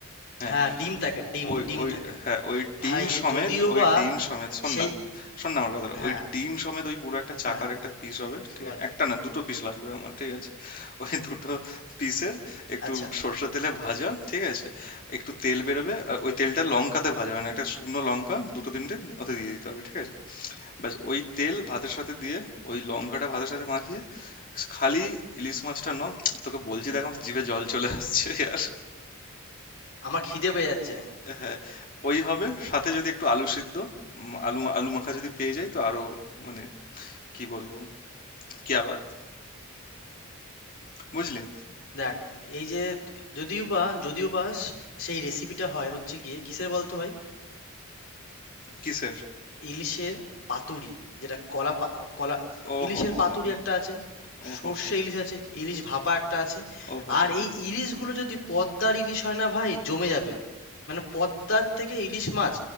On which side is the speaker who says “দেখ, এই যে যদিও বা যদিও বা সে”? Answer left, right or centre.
Left